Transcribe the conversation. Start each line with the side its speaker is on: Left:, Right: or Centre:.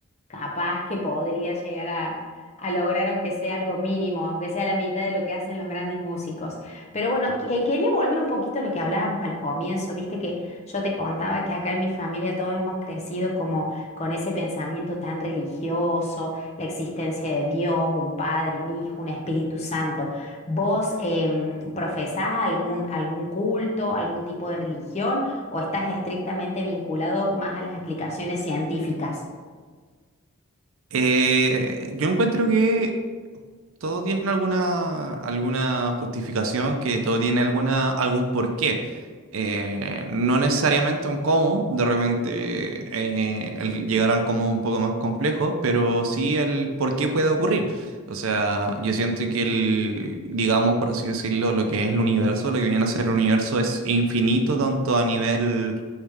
Left: capaz que podría llegar a, a lograr, aunque sea algo mínimo, aunque sea la mitad de lo que hacen los grandes músicos. Pero bueno, qu- eh, quería volver un poquito a lo que hablábamos al comienzo, viste que yo te contaba que acá en mi familia todos hemos crecido como con ese pensamiento tan religioso, la existencia de Dios, un padre, un hijo, un Espíritu Santo. ¿Vos em, profesás algún, algún culto, algún tipo de religión o estás estrictamente vinculado más a las explicaciones científicas?
Right: Eh, yo encuentro que todo tiene alguna, alguna justificación, que todo tiene alguna, algún porqué. Eh, no necesariamente un cómo, de repente eh, el llegar al cómo es un poco más complejo, pero sí el por qué puede ocurrir. O sea, yo siento que el, digamos, por así decirlo, lo que es el universo, lo que viene a ser el universo es infinito tanto a nivel